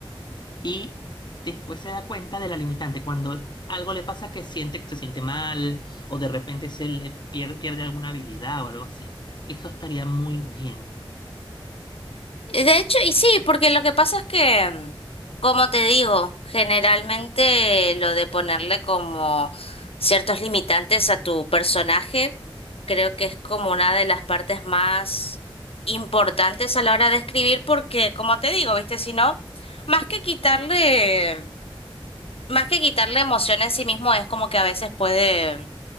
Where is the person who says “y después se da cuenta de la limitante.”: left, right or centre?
Left